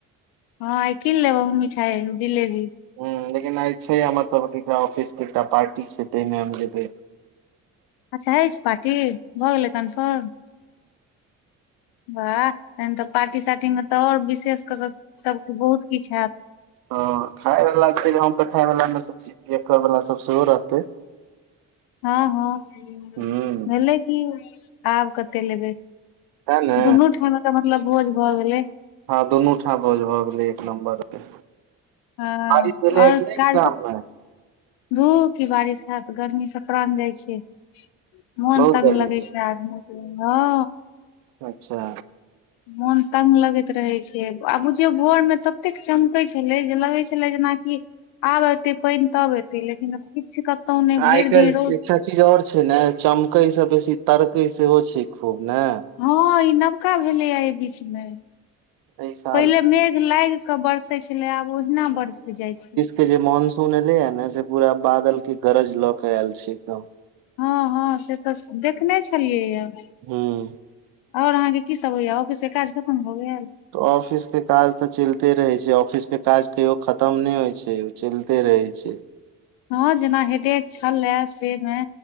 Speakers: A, on the left; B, on the right.
A: हँ आइ किन लेब मिठाई जिलेबी।
B: हूं लेकिन आइ छैय हमर सबके एकटा ऑफिसके एकटा पार्टी छैय तय मे हम जेबय।
A: अच्छा अइछ पार्टी भ गेलय कन्फर्म बाह। तखन तऽ पार्टी-सार्टी में तऽ और विशेष कऽ कऽ सबके बहुत किछ हैत।
B: हँ खाय वला छै, हम तऽ खाय वला में सऽ छी, एक कऽर वला सब सेहो रहतै।
A: हँ-हँ,
B: ह
A: भेलै की, आब कत्ते लेबै।
B: सैह ने
A: दुनू ठाम एकर मतलब भोज भऽ गेलै।
B: हँ दुनू ठाम भोज भऽ गेलै एक नम्बर के।
A: हँ
B: बारिश भेलैए
A: आओर
B: कि नै
A: काज
B: गाम
A: सब
B: में?
A: धू की बारिश हैत, गर्मी सऽ प्रान जाइ छै। मोन
B: बहुत
A: तंग
B: गर्मी
A: लगै छै आदमी के, हँ।
B: अच्छा।
A: मोन तंग लगैत रहै छै, आ बुझियौ भोर में ततेक चमकै छलै जे लगै छेलै जेनाकि आब एतै पानि तब हेतै लेकिन किछ कतौ नै भरि
B: आइ काल्हि
A: दिन रौद
B: एकटा चीज और छै ने चमकै से बेसी तरकै सेहो छै खूब ने।
A: हँ ई नबका भेलैये एहि बीच मे
B: एहि साल
A: पहिले मेघ लागि के बरसै छलै आब ओहिना बरैस जाइ छै।
B: इ जे मॉनसून एलैये ने से पूरा बादल के गरज लऽ के आयल छै एकदम
A: हँ हँ से तऽ देखने छलियै ये।
B: हँ।
A: और अहाँके कि सब होइए ऑफिस के काज खत्तम भऽ गेल।
B: त ऑफिस के काज त चलिते रहै छै, ऑफिस के काज कहियो खत्तम नहि होइ छै चलिते रहै छै।
A: हँ जेना हेडेक छले से मे।